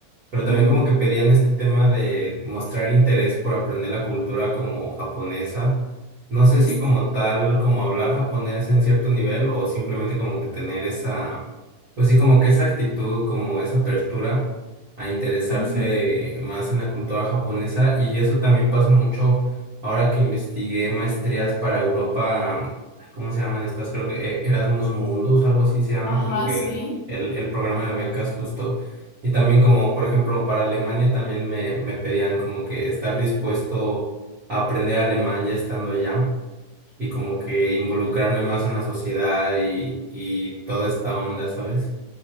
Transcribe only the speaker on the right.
Pero también
como que pedían este tema de mostrar interés por aprender la cultura como japonesa. No sé si
como tal, como hablar japonés en cierto nivel o simplemente como que tener esa, pues sí, como que esa actitud, como esa apertura a interesarse
más en la cultura japonesa. Y eso también pasa mucho ahora que investigué maestrías para Europa, mm, ay, ¿cómo se llaman estas? Creo que eh, Erasmus Mundus, algo así se llama,
como que
el, el programa de becas justo. Y también como, por ejemplo, para Alemania también me, me pedían como que estar dispuesto a aprender alemán ya estando allá y como que involucrarme más en la sociedad y, y toda esta onda, ¿sabes?